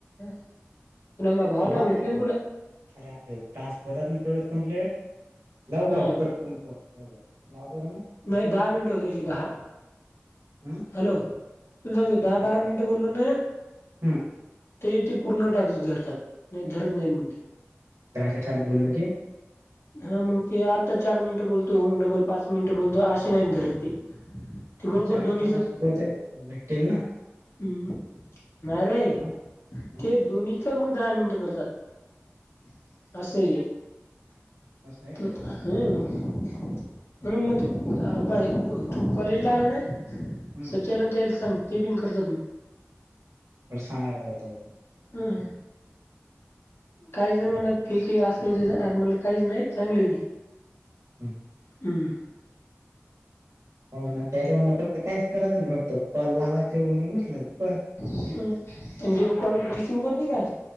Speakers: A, on the left; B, on the right.
A: पुन्हा माझ्या भावाला
B: वा-
A: भेटले
B: अरे
A: ना पुन्हा
B: आपले टास्क होतात ना तेवढच संपले लाऊ
A: हां
B: आउटफूट करून फोन लाव बर मग
A: नाही दहा मिनट होतेची दहा,
B: हं
A: हॅलो तुला सांगतो दहा
B: अरे
A: बारा मिनट बोललो ना
B: हं
A: तरी ते पूर्ण टास्क धरतात नाहीतर धरत नाही मग ते
B: दहाच्या खाली बोललो की
A: हा मग ते आत्ता चार मिनिटं बोलतो हो मग डबल मिनिट बोलतो आशें नाहीत धरत ते ते बरोबर
B: चाळीस
A: धोनीचं
B: पन्नास रुपये तं भेटतील ना
A: हम, नाही रे
B: हा हा
A: ते दोनी च मग दहा मिनट करतात असं आहे
B: असं आहे
A: ते
B: का
A: ह हम म्हणून मग तू बा तू कॉलेज
B: ते
A: ला आला नाही.
B: हं
A: ते आणी ते संत्या ते बी करतात म
B: बर सांगावं लागलं त्यांना
A: हम् काही जण म्हणत फेक अस म्हटल काहीच नाही चांगले आहे ते
B: हम्
A: हं
B: पावना तयारं होईना फक्त काहीच कराचं नाही फक्त कॉल लावायचे आणि उचलायचे फक्त बस.
A: ह् एन जीओ कॉल रिसीव्ह करते का?